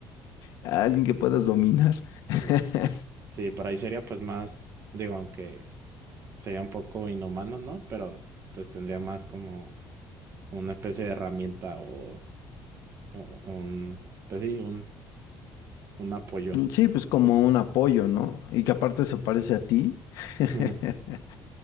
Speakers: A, on the left; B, on the right.
A: Alguien que puedas dominar. <laughs>
B: Mm, Sí, por ahí sería pues más, digo, aunque sería un poco inhumano, ¿no? Pero pues tendría más como, como una especie de herramienta o, o- un, pues sí, un, un apoyo.
A: Sí, pues como un apoyo, ¿no? Y que aparte se parece a ti. <laughs>
B: <laughs>